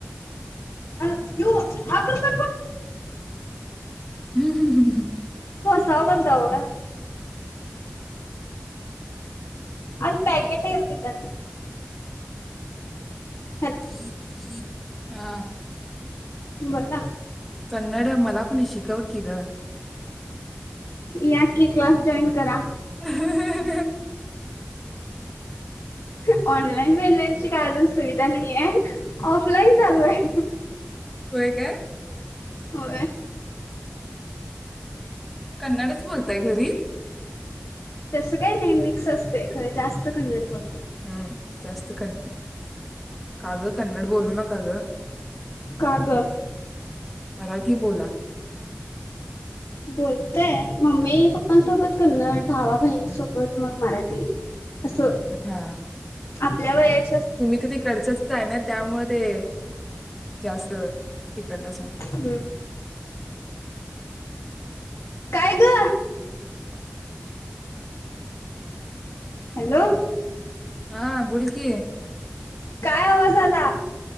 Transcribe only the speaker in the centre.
हम् हम् ह् ह
ह ह हम
क्ड मला पुणे शिकव किक
हा ह ह
होय काय
कन्नडच बोलताय घरी
हम्म जास्त कन्नड काग कन्नड बोलू नका हग
मराठी बोला
हा
तुम्ही तर ते कडचचच आहे ना त्यामुळे ते जास्त तिकडेग
हा बोल कि